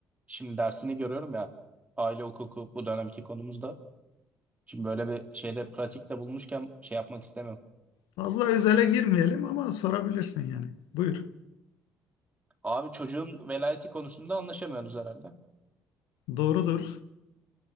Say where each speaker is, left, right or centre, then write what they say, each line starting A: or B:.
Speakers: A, on the right (about 20°); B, on the left (about 75°).
A: şimdi dersini görüyorum ya aile hukuku bu dönemki konumuzda. Şimdi böyle bir şeyde pratikte bulmuşken şey yapmak istemiyorum.
B: Fazla özele girmeyelim ama sorabilirsin yani. Buyur.
A: Abi çocuğun velayeti konusunda anlaşamıyorsunuz herhalde.
B: Doğrudur.